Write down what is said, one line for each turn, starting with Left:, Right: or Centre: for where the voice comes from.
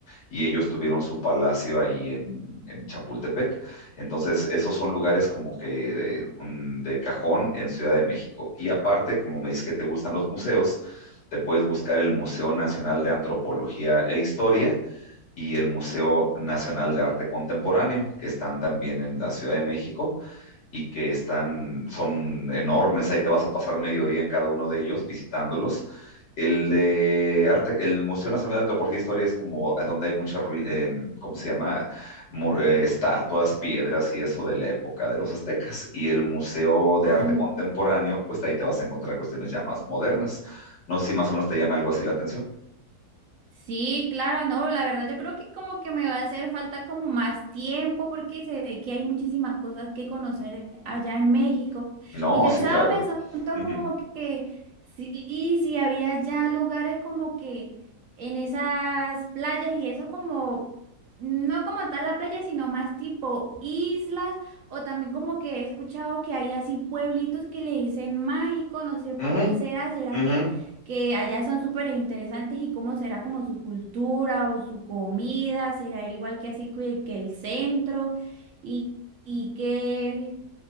Left: y ellos tuvieron su palacio ahí en, en Chapultepec. Entonces, esos son lugares como que de, un- de cajón en Ciudad de México. Y aparte, como me dices que te gustan los museos, te puedes buscar el Museo Nacional de Antropología e Historia y el Museo Nacional de Arte Contemporáneo, que están también en la Ciudad de México y que están, son enormes, ahí te vas a pasar medio día en cada uno de ellos visitándolos. El de arte, el Museo Nacional de Antropología e Historia es como a donde hay muchas, ruin- em, ¿cómo se llama? Mu- eh, estatuas, piedras y eso de la época de los aztecas. Y el Museo de
Right: Ah,
Left: Arte Contemporáneo, pues ahí te vas a encontrar cuestiones ya más modernas. No sé si más o menos te llama algo así la atención.
Right: Sí, claro, no, la verdad yo creo que como que me va a hacer falta como más tiempo porque se ve que hay muchísimas cosas que conocer allá en México.
Left: No,
Right: Y yo
Left: sí,
Right: estaba
Left: claro.
Right: pensando
Left: Ujú,
Right: como que sí, sí, había ya lugares como que en esas playas y eso como, no como tal la playa, sino más tipo islas o también como que he escuchado que hay así pueblitos que le dicen mágico, no sé por
Left: ujú,
Right: qué será, ¿será
Left: ujú.
Right: que que allá son súper interesantes y cómo será como su cultura o su comida, será igual que así que, que el centro y, y qué,